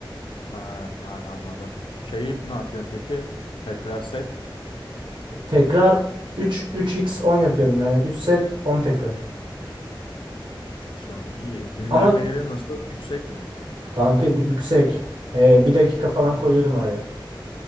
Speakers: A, on the left; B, on the right.
A: Ha, a- anladım. Şeyi ne yapıyorsun peki? Tekrar set.
B: Tekrar 3 3x 10 yapıyordum yani 3 set 10 tekrar.
A: Şikson iyi. Dinlenmeleri
B: Ama
A: nasıl? Yüksek mi?
B: kanka yüksek. Ee, bir dakika falan koyuyordum araya.